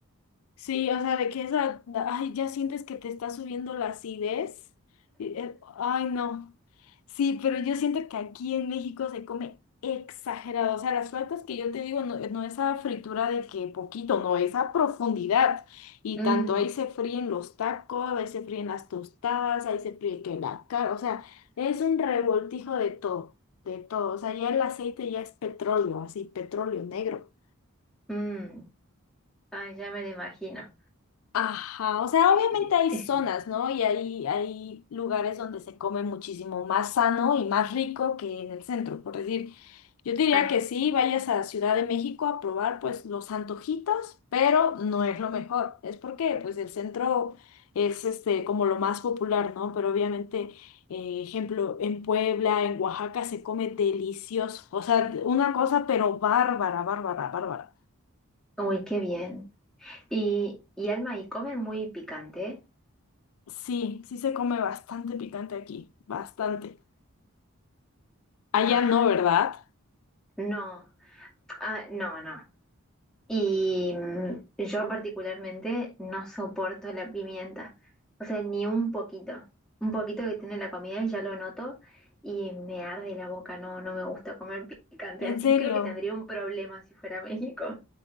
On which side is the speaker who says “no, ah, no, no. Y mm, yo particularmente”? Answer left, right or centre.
Centre